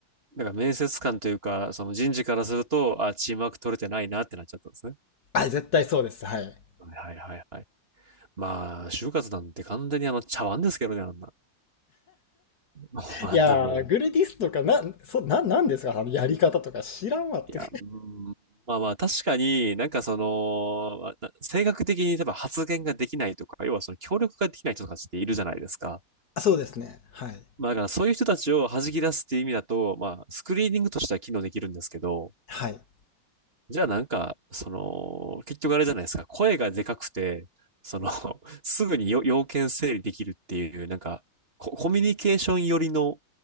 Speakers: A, on the right; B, on the left.
A: なんか面接官というか、その人事からすると、ああ、チームワーク取れてないなってなっちゃったんですね。
B: あ、絶対そうです。はい。
A: はいはいはいはい。まあ、就活なんて完全にあの茶碗ですけどね、あんな。もうあんなも
B: いやー、グルディスとか、な、そ、な、なんですかあのやり方とか知らんわって。
A: う。いや、うーんまあまあ、確かになんかその、まあ性格的に例えば発言ができないとか、要はその協力ができない人たちっているじゃないですか。
B: あそうですね。はい。
A: まあだからそういう人たちを弾き出すっていう意味だと、まあスクリーニングとしては機能できるんですけど、
B: はい。
A: じゃあなんか、その、結局あれじゃないですか、声がでかくて、その、<laughs> すぐによ要件整理できるっていう、なんかコ、コミュニケーション寄りの、